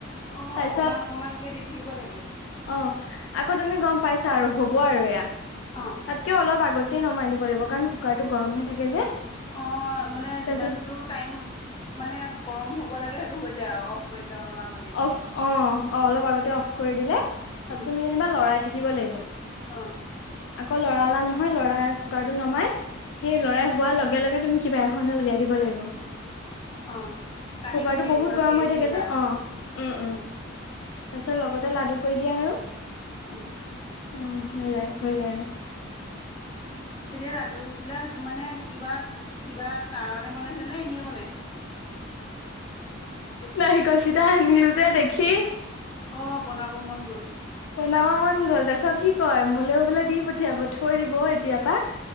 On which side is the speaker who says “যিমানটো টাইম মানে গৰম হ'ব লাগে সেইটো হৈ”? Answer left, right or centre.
Left